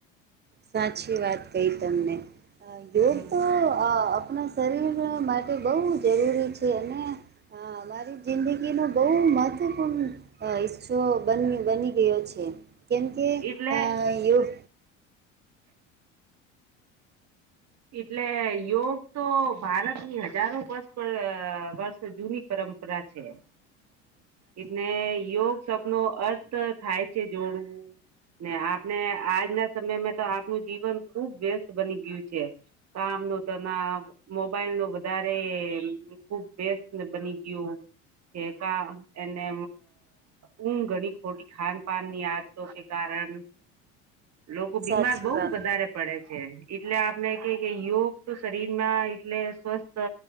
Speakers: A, on the right (about 25°); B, on the right (about 45°).
A: સાચી વાત કઈ તમને યોગ
B: હમ
A: તો આપણા શરીર માટે બહુ જરૂરી છે, અને અ મારી જિંદગીનો બહુ મહત્વપૂર્ણ હિસ્સો બન બની ગયો છે. કેમ કે
B: એટલે
A: અ યોગ
B: એટલે યોગ તો ભારતની હજારો વર્ષ વર્ષ જૂની પર પરંપરા છે.
A: હમ્મ.
B: એટલે યોગ સપનો અર્થ થાય છે જોડવું. ને આપણે આજના સમયમાં તો આપનું જીવન ખુબ વ્યસ્ત બની ગયું છે. કામ ન તના મોબાઈલ નું વધારે ખુબ બેસ્ટ બની ગયું. તો. કે ક એને ઊઘ ઘણી ખોટી ખાન પાાન ની આદ તો કે કારણ હમ્મ.
A: <unintelligible>
B: લોકો બીમાર
A: સાચી
B: બહુ
A: વાત
B: વધારે પડે છે એટલે આપણને કે યોગ તો શરીર માં એટલે સ્વસ્થ